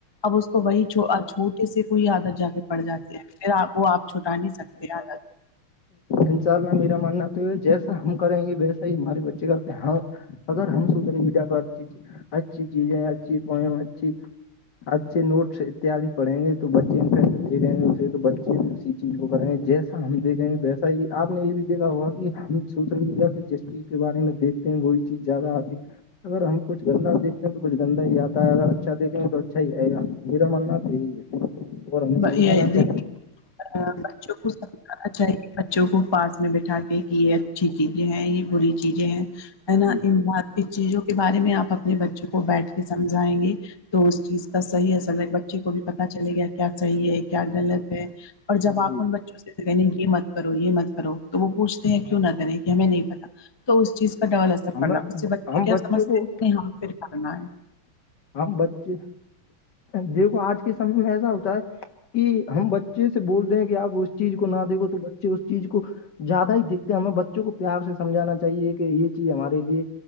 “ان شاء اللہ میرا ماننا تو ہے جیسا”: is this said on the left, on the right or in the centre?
Left